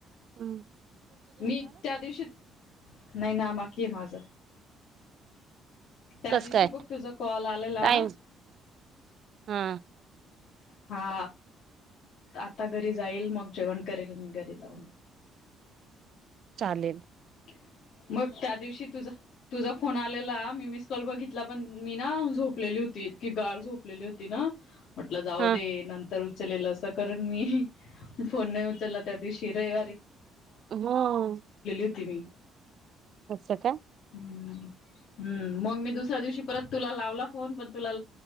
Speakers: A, on the right (about 50°); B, on the left (about 65°).
A: हम
B: मी त्या दिवशीत नाही ना बाकी आहे माझ त्या
A: कस
B: दिवशी
A: काय
B: बघ तुझ कॉल आलेला
A: टाईम हा
B: हा. आता घरी जाईल मग जेवण करेल मी घरी जाऊन
A: चालेल
B: <inaudible> मग त्या दिवशी तुझा तुझा फोन आलेला मी मिसकॉल बघितला पण मी ना झोपलेली होती. इतकी गाढ झोपलेली होती ना म्हटलं जाऊ
A: हा
B: दे नंतर उचलेल असं करून मी फोन नाही उचलला त्या दिवशी रविवार
A: हा
B: होती मी
A: अस काय
B: हम्म हम्म मग मी दुसऱ्या दिवशी परत तुला लावला फोन पण तुला